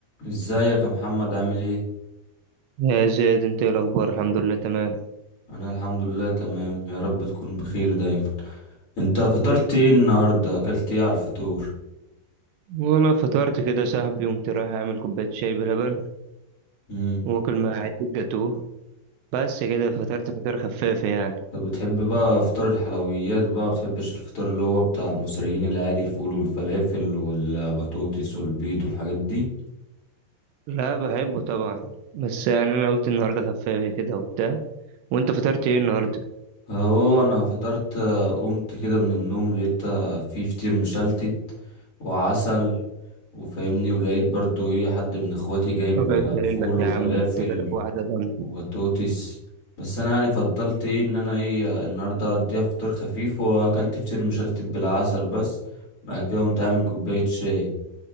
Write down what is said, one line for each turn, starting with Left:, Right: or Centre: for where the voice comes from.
Left: ازيك يا محمد عامل ايه
Right: يا زياد انت ايه الاخبار الحمد لله تمام
Left: انا الحمد لله تمام يا رب تكون بخير دايما انت فطرت
Right: حبيبي
Left: ايه النهارده اكلت ايه على الفطور
Right: وانا فطرت كده صاحبي قمت رايح اعمل كوبايه شاي بلبن
Left: امم
Right: واكل مع حته جاتوه بس كده فطرت فطار خفافه يعني
Left: انت بتحب بقى فطار الحلويات بقى ما بتحبش الفطار اللي هو بتاع المصريين العادي الفول والفلافل والبطاطس والبيض والحاجات دي
Right: لا بحبه طبعا بس يعني انا قلت النهارده خفافي كده وبتاع وانت فطرت ايه النهارده
Left: هو انا فطرت آه، قمت كده من النوم لقيت آه، في فطير مشلتت وعسل وفاهمني ولقيت برضو ايه حد من اخواتي جايب
Right: بس
Left: آه،
Right: قايل
Left: فول
Right: لك يا
Left: وفلافل
Right: عم ده انت ضارب واحده جامده
Left: وبطاطس بس انا يعني فضلت ايه ان انا ايه النهارده اقضيها فطار خفيف واكلت فطير مشلتت بالعسل بس بعد كده قمت عامل كوبايه شاي